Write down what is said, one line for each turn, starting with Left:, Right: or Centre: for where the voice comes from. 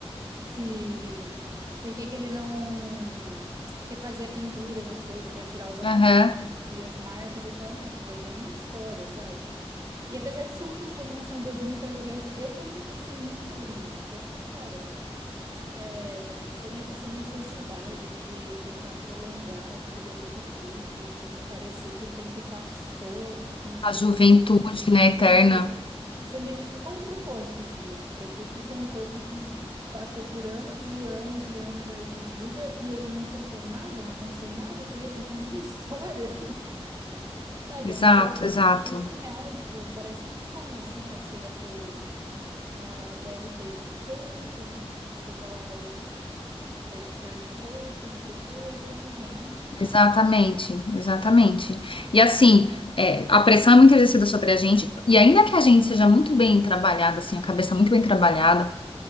Right: se... Por que que ele não refazia a pintura, essas coisas, pra tirar os amassados
Left: Aham.
Right: e as marcas. Ele fala, não, isso daqui é minha história, sabe? E apesar de ser um filme de animação bobinho pra criança, eu sempre pensei muito sobre isso, que é tipo, cara, é, essa, ne- essa necessidade de tentar prolongar a vida a todo custo e de não parecer que o tempo passou em você,
Left: A juventude, né, eterna.
Right: sendo, sendo que, tipo, qual é o propósito disso? Quer dizer que você é um corpo que passou por anos e anos e anos aí de vida e ele não sofreu nada, não aconteceu nada com ele, <laughs> não tem nenhuma história, <laughs> sabe?
Left: Exato,
Right: É uma coisa,
Left: exato.
Right: uma coisa tão irreal, tipo, parece um sonho, assim, ah, você vai ter a pele perfeita, n- não sei o que lá, os, o peito perfeito, não sei o que, e aí eu fico, gente,
Left: Exatamente, exatamente. E assim, é, a pressão é muito exercida sobre a gente, e ainda que a gente seja muito bem trabalhada, assim, a cabeça muito bem trabalhada,